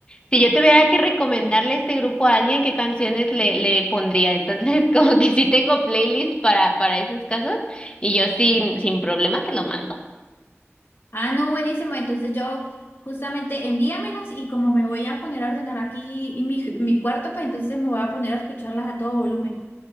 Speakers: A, on the left; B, on the left.
A: si yo tuviera que recomendarle este grupo a alguien, ¿qué canciones le, le pondría? Entonces <laughs> como que sí tengo playlist para, para esos casos y yo sin, sin problema te lo mando.
B: Ah, no, buenísimo. Entonces yo justamente envíamelas y como me voy a poner a ordenar aquí mi, mi cuarto, pues entonces me voy a poner a escucharlas a todo volumen.